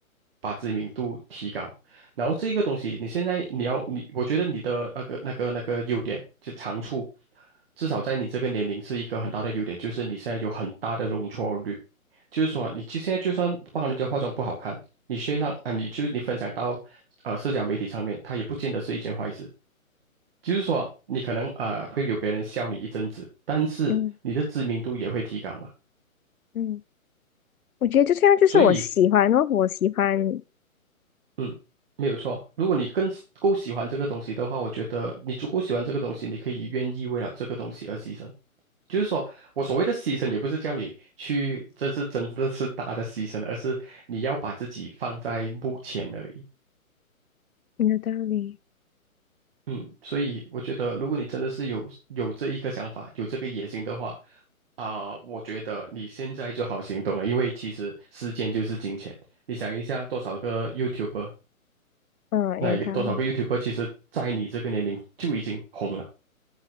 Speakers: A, on the right (about 40°); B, on the left (about 75°).
A: 把知名度提高，然后这一个东西你现在你要你，我觉得你的那个那个那个优点就长处，至少在你这个年龄是一个很大的优点，就是你现在有很大的容错率，就是说你就现在就算帮人家化妆不好看，你学上啊，你就你分享到呃社交媒体上面，它也不见得是一件坏事。就是说，你可能啊、呃会有别人笑你一阵子，但是你的知名度也会提高嘛。
B: 嗯嗯，我觉得就这样，就是我喜欢哦，
A: 所以，
B: 我喜欢，
A: 嗯，没有错。如果你更喜够喜欢这个东西的话，我觉得你足够喜欢这个东西，你可以愿意为了这个东西而牺牲。就是说我所谓的牺牲，也不是叫你去，这是真的是大的牺牲，而是你要把自己放在目前而已。
B: 有道理，
A: 嗯，所以我觉得，如果你真的是有有这一个想法，有这个野心的话，啊、我觉得你现在就好行动了，因为其实时间就是金钱。你想一下，多少个 YouTuber，
B: 嗯，
A: 那一个多少个
B: 有道理，
A: YouTuber，其实在你这个年龄就已经红了，